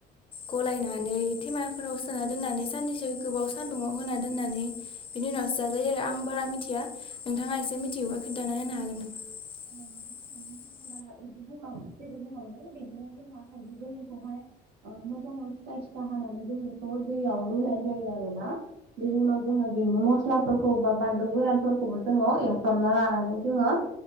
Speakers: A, on the left; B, on the right.
A: गलायनानै थेमाफोराव सोना दोननानै साननैसो गोबाव स सान्दुङाव होना दोननानै बिनि उनावसो जाजायो। आरो आं बारा मिथिया नोंथाङा एसे मिथियोबा खोनथानानै होनो हागोन नामा? <inaudible>
B: औ नोंथाङा दा बिदि बुंलां बुंलांदों बिदिनो जोंहा थाइजै गोमोनखौहाय आ मोजांआव सिथा सिथा हाना बेखौ जों रुनायजायो बिनि उनाव जोङो बेनि मस्लाफोरखौ बा बानलु गोरानफोरखौबो जोङो एवफ्रामना लानानै जोङो